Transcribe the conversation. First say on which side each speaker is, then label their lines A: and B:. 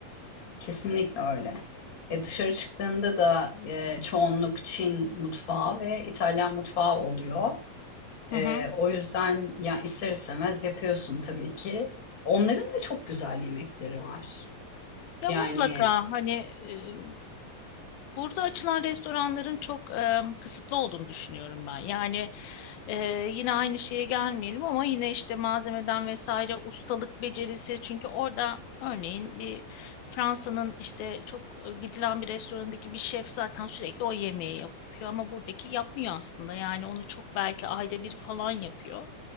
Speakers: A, on the left (about 30°); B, on the left (about 80°).
A: Kesinlikle öyle. E dışarı çıktığında da e, çoğunluk Çin mutfağı ve İtalyan mutfağı oluyor.
B: Hı
A: E,
B: hı.
A: o yüzden ya ister istemez yapıyorsun tabii ki. Onların da çok güzel yemekleri var.
B: Ya
A: Yani
B: mutlaka hani e, burada açılan restoranların çok e, kısıtlı olduğunu düşünüyorum ben. Yani e, yine aynı şeye gelmeyelim ama yine işte malzemeden vesaire ustalık becerisi çünkü orada örneğin bir Fransa'nın işte çok e, gidilen bir restorandaki bir şef zaten sürekli o yemeği yapıyor ama buradaki yapmıyor aslında. Yani onu çok belki ayda bir falan yapıyor.